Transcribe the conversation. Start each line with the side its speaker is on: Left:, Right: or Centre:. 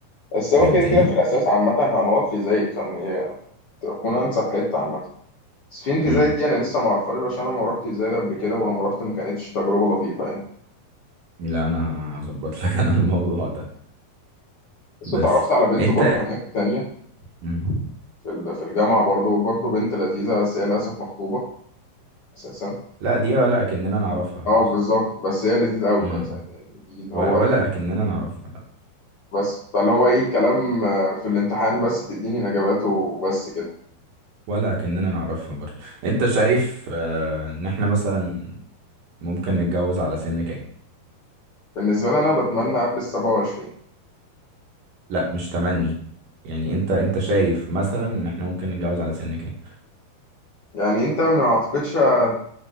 Left: بس
Right: فهمتني
Left: هو كده كده في الاساس عامه هنقعد في زايد فما هي تكون انسب حته عامه سفين في
Right: امم
Left: زايد دي انا لسه ما اعرفهاش عشان انا ما روحتش زايد قبل كده ولما روحت ما كانتش تجربه لطيفه يعني
Right: لا انا هظبط لك انا الموضوع ده
Left: بس
Right: بس
Left: اتعرفت على بنت
Right: انت
Left: برضو هناك تانية
Right: مم.
Left: في ال- في الجامعه برضو برضو بنت لذيذه بس هي للاسف مخطوبه اساسا
Right: لا دي ولا كأننا نعرفها
Left: اه
Right: خلاص
Left: بالظبط بس هي لذيذه قوي
Right: امم
Left: بقى ساعتها يعني دي اللي
Right: ولا
Left: هو ايه
Right: كأننا نعرفها
Left: بس فاللي هو ايه كلام آه، في الامتحان بس تديني الاجابات وبس كده
Right: ولا كأننا نعرفها برضه انت شايف آه، ان احنا مثلا ممكن نتجوز على سن كام
Left: بالنسبه لي انا بتمنى قبل ال 27
Right: لا مش تمني يعني انت انت شايف مثلا ان احنا ممكن نتجوز على سن كام
Left: يعني انت ما اعتقدش آه،